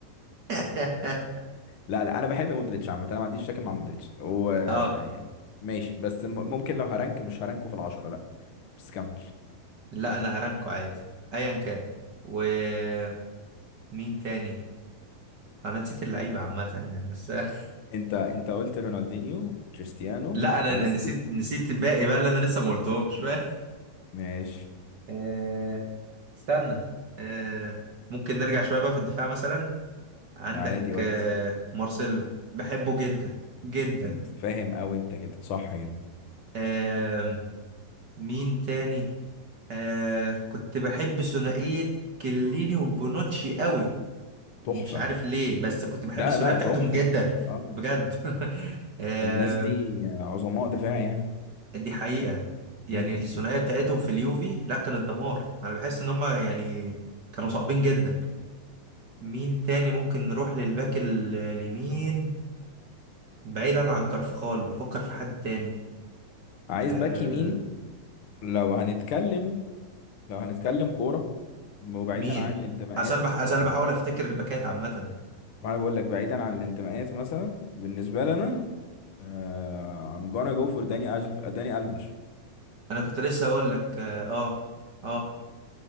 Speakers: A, on the right; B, on the left.
A: <laughs>
B: لا لا انا بحب مودريتش عامة انا ما عنديش مشاكل مع مودريتش هو
A: اه
B: يعني ماشي بس م- ممكن لو هرانك مش هرانكه في العشرة لا بس كمل
A: لا انا هرانكو عادي ايا كان ومين تاني انا نسيت اللعيبة عامة يعني بس <laughs>
B: انت انت قلت رونالدينيو كريستيانو
A: لا انا
B: ميسي
A: أنا نسيت نسيت الباقي بقى اللي انا لسه ما قلتهمش <laughs>
B: ماشي
A: آه، استنى آه، ممكن نرجع شوية بقى في الدفاع مثلا عندك
B: عادي ودي
A: آه، مارسيلو بحبه جدا جدا
B: م- فاهم قوي انت كده صح كده
A: آم، مين تاني آه، كنت بحب ثنائية كليني وبونوتشي قوي
B: تحفة
A: مش عارف ليه بس كنت بحب
B: لا
A: الثنائية
B: لا
A: بتاعتهم
B: تحفة
A: جدا
B: اه اه آه.
A: بجد
B: آه.
A: <laughs> آم،
B: الناس دي عظماء دفاع يعني
A: دي حقيقة يعني
B: مم.
A: الثنائية بتاعتهم في اليوفي لا كانت دمار انا بحس ان هم يعني كانوا صعبين جدا مين تاني ممكن نروح للباك ال- اليمين بعيدا عن كارفخال بفكر في حد تاني
B: عايز
A: آه
B: باك يمين لو هنتكلم لو هنتكلم كورة وبعيدا
A: مين
B: عن الانتماءات
A: عشان بح... عشان
B: ما
A: بحاول
B: انا
A: افتكر الباكات عامة
B: ما أنا بقول لك بعيدا عن الانتماءات مثلا بالنسبة لنا آه I'm gonna go for داني ألف داني ألفيش
A: انا كنت لسه اقول لك اه اه آه.